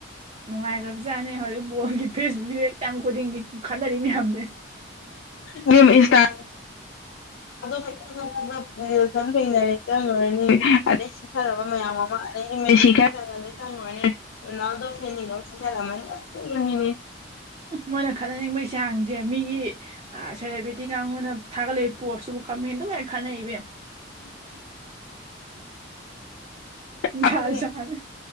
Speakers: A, on the right; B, on the left.
A: ꯅꯨꯡꯉꯥꯏꯈ꯭ꯔꯕꯖꯥꯠꯅꯦ ꯍꯧꯖꯤꯛ ꯕꯣꯜꯒꯤ ꯐꯦꯁꯕꯨꯛ ꯁꯤꯗ ꯆꯪꯕꯈꯨꯗꯤꯡꯒꯤ ꯈꯠꯟꯅꯔꯤ ꯃꯌꯥꯝꯁꯦ
B: ꯏꯕꯦꯝꯃꯥ ꯏꯟꯁꯇ ꯀꯩ ꯀꯩꯗꯅꯦ ꯇꯣꯅꯥꯜꯗꯣ ꯔꯤꯜꯁ ꯊꯦꯡꯅꯔꯦ ꯆꯪꯉꯨꯔꯅꯤ ꯑꯗꯩ ꯆꯠꯊꯔꯕ ꯃꯌꯥꯝ ꯑꯃ ꯑꯗꯩꯗꯤ ꯃꯦꯁꯤ ꯈꯔꯒꯂꯦ ꯆꯪꯉꯨꯔꯅꯤ ꯔꫭꯅꯥꯜꯗꫭ ꯐꯦꯜꯅꯤꯅ ꯁꯤꯊꯥꯔꯝꯃꯅꯤ ꯄꯦꯂꯕꯅꯤꯅꯦ
A: ꯃꯣꯏꯅ ꯈꯠꯅꯅꯤꯡꯕꯒꯤ ꯆꯥꯡꯁꯦ ꯃꯤꯒꯤ ꯁꯦꯂꯦꯕ꯭ꯔꯤꯇꯤ ꯀꯥꯡꯕꯨꯅ ꯊꯥꯒꯠꯂꯛꯏꯕ ꯄꯣꯁꯇꯨꯕꯨ ꯀꯃꯦꯟꯗꯨꯕꯨ ꯍꯦꯛ ꯈꯠꯅꯩ ꯏꯕꯦꯝꯃꯥ
B: ꯑꯩꯈꯣꯏ
A: ꯖꯥꯠ ꯖꯥꯠꯅꯦ